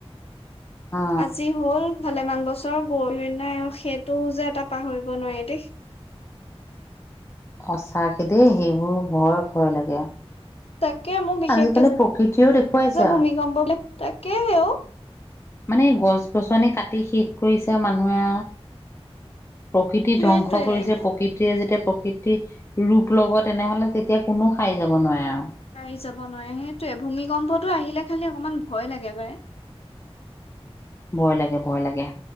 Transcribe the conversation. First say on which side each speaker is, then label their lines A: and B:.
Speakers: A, on the left (about 25°); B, on the left (about 65°).
A: অ
B: আজি হ'ল। ভালেমান বছৰ গৰু নাই আৰু সেইটোও যে এটা পাহৰিব নোৱাৰি দেই।
A: সচাঁকে দেই সেইবোৰ ভয় ভয় লাগে।
B: তাকে মোৰ বিশেষকে
A: আজিকালি প্ৰকৃতিয়েও দেখুৱাইছে
B: ভূমিকম্প।
A: আৰু
B: তাক হেঔ
A: মানে গছ গছনি কাটি শেষ। কৰিছে মানুহে। প্ৰকৃতি
B: সেইটোৱে
A: ধ্বংস কৰিছে প্ৰকৃতিয়ে যেতিয়া প্ৰকৃত। প্ৰকৃতি ৰূপ ল'ব তেনেহ'লে। তেতিয়া কোনো সাৰি যাব নোৱাৰে আৰু
B: সাৰি যাব নোৱাৰে সেইটোয়ে ভূমিকম্পটো আহিলে। খালি অকমান ভয় লাগে পায়।
A: ভয় লাগে ভয় লাগে